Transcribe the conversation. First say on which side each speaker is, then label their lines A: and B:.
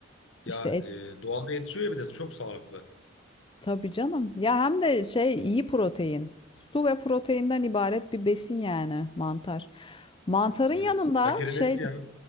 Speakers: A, on the left; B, on the left.
A: İşte
B: Ya
A: et
B: e, doğada yetişiyor ya bir de çok sağlıklı.
A: tabii canım. Ya hem de şey iyi protein. Su ve proteinden ibaret bir besin yani mantar. Mantarın
B: Evet.
A: yanında
B: Fakirin
A: şey
B: eti ya.